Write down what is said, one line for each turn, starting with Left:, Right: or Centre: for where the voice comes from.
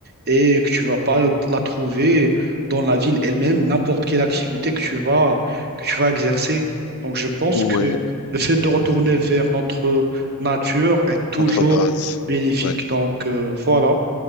Right: et que tu vas pas la trouver dans la ville elle-même, n'importe quelle activité que tu vas, que tu vas exercer. Donc je pense
Left: Ouais,
Right: que le fait de retourner vers notre nature est toujours
Left: entre bases.
Right: bénéfique.
Left: Ouais.
Right: Donc euh, voilà,